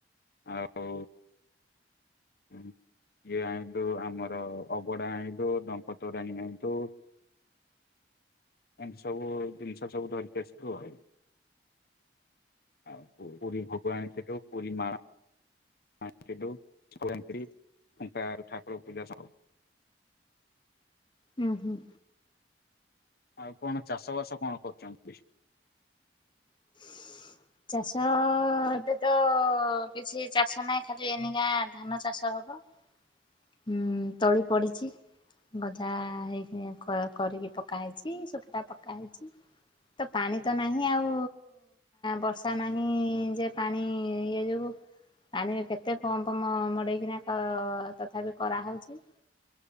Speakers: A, on the left; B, on the left.
A: ଆଉ ହୁଁ ଇଏ ଆଣିଲୁ ଆମର ଅବଡା ଆଣିଲୁ ଡଙ୍କ ତୋରାଣୀ ଆଣିଲୁ ଏମି ସବୁ ଜିନିଷ ସବୁ ଧରିକି ଆସିଲୁ ଆଉ। ଆଉ ପୁ ପୁରୀ ଭୋଗ ଆଣିଥିଲୁ ପୁରୀ ମାଣ। ଆଣିଥିଲୁ ଚନ୍ଦନ ପେଡି, ଶଙ୍ଖା ଠାକୁର ପୂଜା ସହ
B: ହୁଁ ହୁଁ।
A: ଆଉ କଣ ଚାଷ ବାସ କଣ କରୁଛନ୍ତି।
B: କଣ ଖଵର ଚାଷ ଏବେ ତ କିଛି ଚାଷ ନାହିଁ ଖାଲି ଏନିକା ଧାନ ଚାଷ ହବ। ହୁଁ ତଳି ପଡିଛି। ଗଜା ହେଇକି କରିକି ପକା ହେଇଛି ସୁଖିଲା ପକା ହେଇଛି। ତ ପାଣି ତ ନାହିଁ ଆଉ ବର୍ଷା ନାହିଁ ଯେ ପାଣି ଇଏ ଯୋଗୁ ପାଣି କେତେ କମ୍ପ ମଡେଇକିନା ତଥାପି କରାହଉଛି।